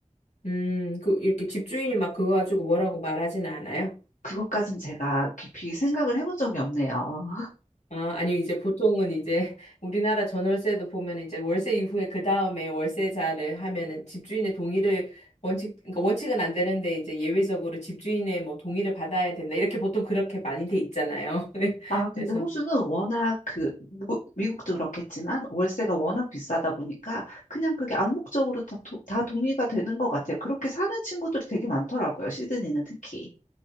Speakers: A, on the left (about 65°); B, on the left (about 85°).
A: 음, 그 이렇게 집주인이 막 그거 가지고 뭐라고 말하지는 않아요?
B: 그것까진 제가 깊이 생각을 해본 적이 없네요. <laughs>
A: 아, 아니, 이제 보통은 이제 <laughs> 우리나라 전월세도 보면 이제 월세 이후에 그 다음에 월세자를 하면은 집주인의 동의를 원칙, 그러니까 원칙은 안 되는데 이제 예외적으로 집주인의 뭐 동의를 받아야 된다. 이렇게 보통 그렇게 많이 돼 있잖아요. <laughs>
B: 아, 근데
A: 그래서,
B: 호주는 워낙 그, 무- 미국도 그렇겠지만 월세가 워낙 비싸다 보니까 그냥 그게 암묵적으로 다, 도- 다 동의가 되는 것 같아요. 그렇게 사는 친구들이 되게 많더라고요. 시드니는 특히.